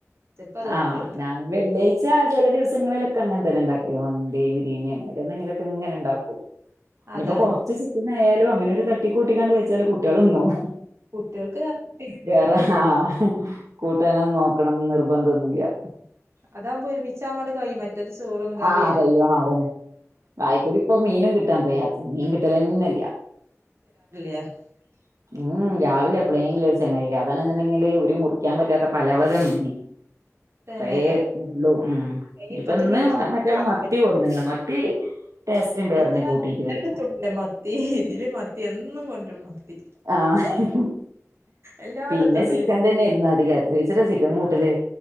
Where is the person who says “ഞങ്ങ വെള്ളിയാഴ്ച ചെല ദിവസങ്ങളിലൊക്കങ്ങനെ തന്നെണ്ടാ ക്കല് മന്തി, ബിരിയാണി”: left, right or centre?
Right